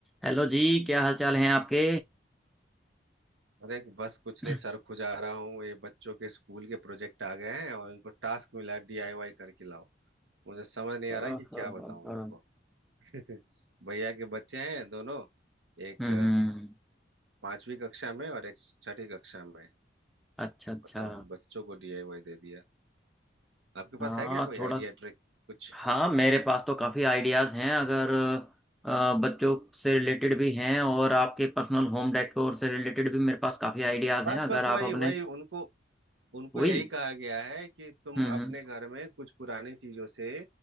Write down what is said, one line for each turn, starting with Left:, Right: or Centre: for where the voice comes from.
Centre: Hello जी क्या हाल चाल हैं आपके
Right: अरे बस कुछ नहीं
Centre: हाँ
Right: सर खुजा रहा हूँ ये बच्चों के स्कूल के प्रोजेक्ट आ गए हैं और इनको टास्क मिला है, डीआईवाई करके लाओ मुझे समझ नहीं
Centre: हाँ
Right: आ रहा है कि क्या
Centre: हाँ
Right: बताऊँ
Centre: हाँ।
Right: इनको <laughs> भैया के बच्चे हैं दोनों एक
Centre: हम्म
Right: अ, पांचवी कक्षा में और एक छठी कक्षा में
Centre: अच्छा अच्छा
Right: बताओ इन बच्चों को डीआईवाई दे दिया आपके
Centre: हाँ
Right: पास है क्या कोई
Centre: थोड़ा
Right: आइडिया
Centre: स-
Right: ट्रिक कुछ
Centre: हाँ मेरे पास तो काफ़ी आइडियाज़ हैं अगर अ, बच्चों से रिलेटेड भी हैं और आपके पर्सनल होम डेकोर से रिलेटेड भी मेरे पास काफ़ी आइडियाज़
Right: बस
Centre: हैं अगर
Right: बस
Centre: आप
Right: वही
Centre: अपने
Right: वही उनको उनको
Centre: वही
Right: यही कहा गया है कि तुम
Centre: हम्म
Right: अपने
Centre: हम्म
Right: घर में कुछ पुरानी चीजों से